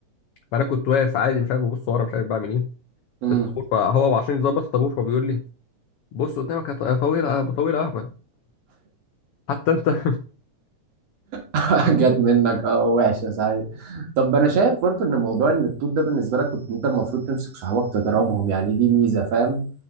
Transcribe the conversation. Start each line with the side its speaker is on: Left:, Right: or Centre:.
Left: فانا كنت واقف عادي مش عارف ببص ورا مش عارف بعمل ايه
Right: امم
Left: في الطابور فهو عشان يظبط الطابور فهو بيقول لي بص قدامك يا ط- يا طويل يا ابو طويل يا اهبل حتى انت <laughs>
Right: <laughs> جت منك اه وحشه صحيح طب انا شايف برضه ان موضوع ان الطول ده بالنسبه لك كنت انت المفروض تمسك صحابك تضربهم يعني دي ميزه فاهم